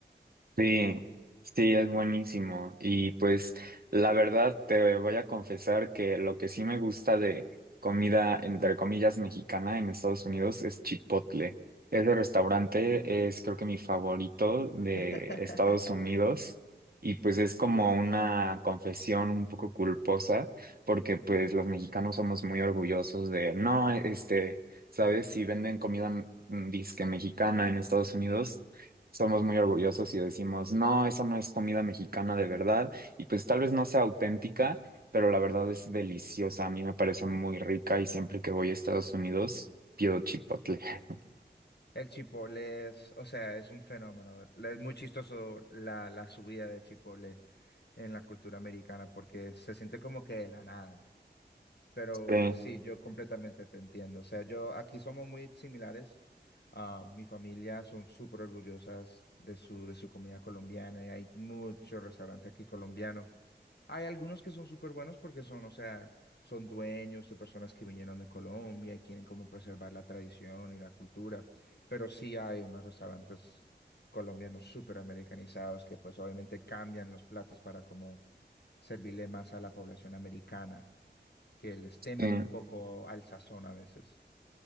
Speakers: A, on the right; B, on the left.
A: Sí, sí, es buenísimo. Y pues la verdad te voy a confesar que lo que sí me gusta de comida, entre comillas, mexicana en Estados Unidos es Chipotle. Ese restaurante es creo que mi favorito de
B: <laughs>
A: Estados Unidos y pues es como una confesión un poco culposa porque pues los mexicanos somos muy orgullosos de, no, este, ¿sabes? Si venden comida mm, disque mexicana en Estados Unidos somos muy orgullosos y decimos, no, esa no es comida mexicana de verdad, y pues tal vez no sea auténtica, pero la verdad es deliciosa, a mí me parece muy rica y siempre que voy a Estados Unidos pido chipotle. <laughs>
B: El chipotle es, o sea, es un fenómeno. Es muy chistoso la, la subida de chipotle en la cultura americana, porque se siente como que de la nada. Pero
A: Sí,
B: sí, yo completamente te entiendo. O sea, yo aquí somos muy similares. Ah, mi familia son súper orgullosas de su, de su comida colombiana y hay muchos restaurantes aquí colombianos. Hay algunos que son súper buenos porque son, o sea, son dueños de personas que vinieron de Colombia y quieren como preservar la tradición y la cultura. Pero sí hay unos restaurantes colombianos súper americanizados que pues obviamente cambian los platos para como servirle más a la población americana que les temen
A: sí.
B: un poco al sazón a veces.